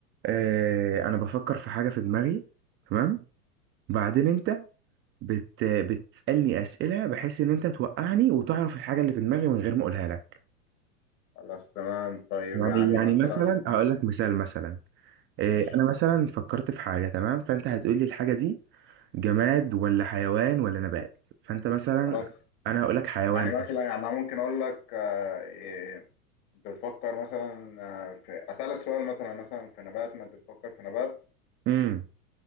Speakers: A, on the right; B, on the left.
A: إيه انا بفكر في حاجه في دماغي تمام بعدين انت بت... بتسألني أسئلة بحيث إن أنت توقعني وتعرف الحاجة اللي في دماغي من غير ما أقولها لك
B: خلاص تمام طيب
A: يعني
B: يعني
A: يعني
B: مثلا
A: مثلا أقول لك مثال مثلا إيه
B: ماشي
A: أنا مثلا فكرت في حاجة تمام فأنت هتقول لي الحاجة دي جماد ولا حيوان ولا نبات فأنت مثلا
B: خلاص
A: أنا هقول لك حيوان
B: يعني مثلا يعني انا ممكن اقول لك اه، ايه، انت بتفكر مثلا اه، في اسالك سؤال مثلا مثلا في نبات ما انت بتفكر في نبات
A: امم